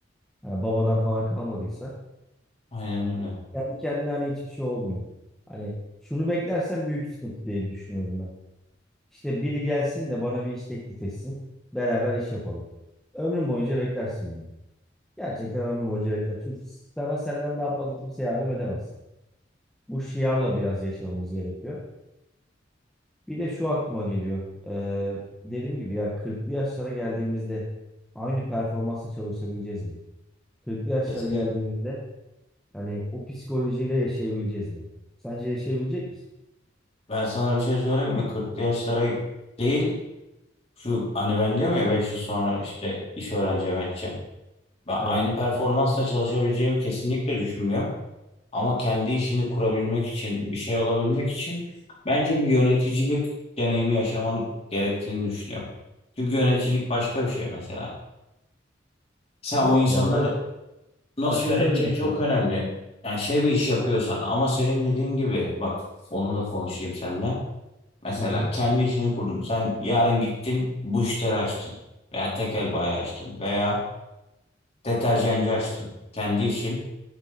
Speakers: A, in the centre; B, on the left.
A: Yani babadan falan kalmadıysa
B: Aynen öyle.
A: kendi kendine hani hiçbir şey olmuyor. Hani şunu beklersen büyük sıkıntı diye düşünüyorum ben. İşte biri gelsin de bana bir iş teklif etsin. Beraber iş yapalım. Ömrün boyunca beklersin bunu. Gerçekten ömür boyunca bekler. Çünkü sana senden daha fazla kimse yardım edemez. Bu şiarla biraz yaşamamız gerekiyor. Bir de şu aklıma geliyor. Ee, dediğim gibi ya 40'lı yaşlara geldiğimizde aynı performansla çalışabileceğiz mi? 40'lı yaşlara
B: Kesin.
A: geldiğimizde hani o psikolojiyle yaşayabileceğiz mi? Sence yaşayabilecek misin?
B: Ben sana bir şey söyleyeyim mi? 40'lı yaşlara değil şu hani ben diyorum ya 5 yıl sonra işte iş öğreneceğim edeceğim. Ben
A: Evet.
B: aynı performansla çalışabileceğimi kesinlikle düşünmüyorum. Ama kendi işini kurabilmek için, bir şey olabilmek için bence bir yöneticilik deneyimi yaşaman gerektiğini düşünüyorum. Çünkü yöneticilik başka bir şey mesela. Sen o
A: Yok
B: insanları
A: ya ben
B: nasıl
A: bak
B: yöneteceğin
A: şöyle düşünüyorum.
B: çok önemli. Yani şey bir iş yapıyorsan
A: Ha-
B: ama senin dediğin gibi bak onunla konuşayım seninle. Mesela
A: Hı hı.
B: kendi işini kurdun. Sen yarın gittin bujiteri açtın veya tekel bayi açtın veya deterjancı açtın. Kendi işin.